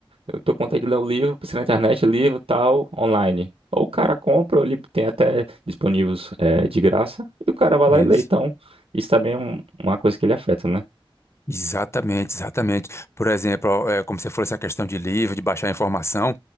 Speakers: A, on the right; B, on the left.
A: eu tô com vontade de ler um livro, precisa na internet, livro, tal, online. Ou o cara compra, ou ele tem até disponíveis eh, de graça, e o cara vai
B: Isso.
A: lá e lê. Então, isso também é um- uma coisa que ele afeta, né?
B: Exatamente, exatamente. Por exemplo, ó, é, como você falou, essa questão de livro, de baixar informação,